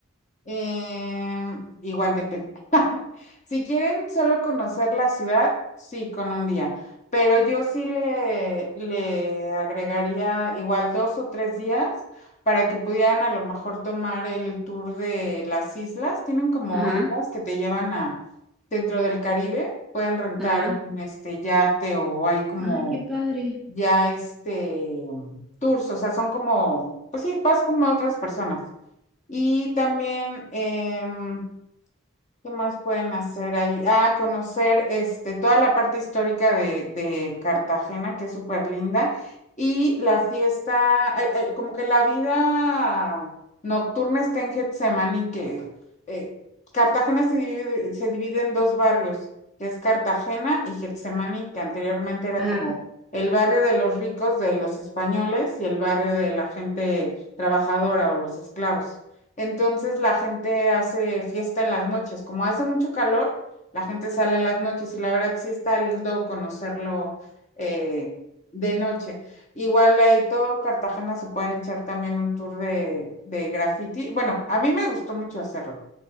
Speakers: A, on the left; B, in the centre.
A: Eh, igual depende. <laughs> Si quieren solo conocer la ciudad, sí, con un día. Pero yo sí le, le agregaría igual dos o tres días para que pudieran a lo mejor tomar el tour de las islas. Tienen como
B: Ajá,
A: islas que te llevan a dentro del Caribe. Pueden rentar
B: ajá.
A: un este yate o hay como
B: Ay, qué padre.
A: ya este tours, o sea, son como, pues sí, vas como a otras personas. Y también, em, ¿qué más pueden hacer ahí? Ah, conocer este, toda la parte histórica de, de Cartagena, que es súper linda. Y la fiesta, ay, ay, como que la vida nocturna está en Getsemani, que eh, Cartagena se divide, se divide en dos barrios, que es Cartagena y Getsemani, que anteriormente era
B: Ajá.
A: como el barrio de los ricos, de los españoles, y el barrio de la gente trabajadora o los esclavos. Entonces la gente hace fiesta en las noches. Como hace mucho calor, la gente sale en las noches y la verdad sí está lindo conocerlo eh, de noche. Igual ahí todo Cartagena se pueden echar también un tour de, de graffiti. Bueno, a mí me gustó mucho hacerlo,